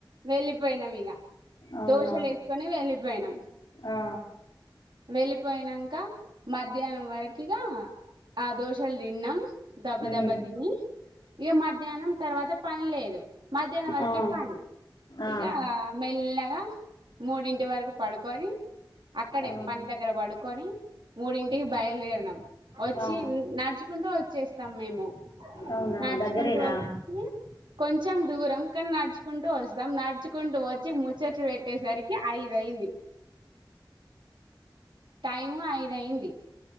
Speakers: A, on the right (about 75°); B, on the left (about 90°).
A: వెళ్ళిపోయినాం ఇక
B: అవునా
A: దోశలు వేసుకొని వెళ్ళిపోయినాం
B: ఆ
A: వెళ్ళిపోయినాక మధ్యాహ్నం వరకుగా ఆ దోశలు తిన్నాం దబ్బ
B: మ్మ్.
A: దబ్బ తని ఇక మధ్యాహ్నం తర్వాత పని లేదు మధ్యాహ్నం వరకే
B: ఆ
A: పనిఇకా
B: ఆ
A: మెల్నగా మూడింటి వరకు పడుకొని అక్కడే
B: ఆ
A: పని దగ్గర పడుకొని మూడింటికి బయలుదేరినాం వచ్చి
B: ఆ
A: నడుచుకుంటూ వచ్చేస్తాం మేము
B: అవునా
A: నడుచుకుంటూ
B: దగ్గరేనా
A: వచ్చి కొంచెం దూరం కానీ నడుచు నడుకుంటూ వస్తాం నడుచుకుంటూ వచ్చి ముచ్చటి పెట్టేసరికి అఐదయింది టైము అయిదయింది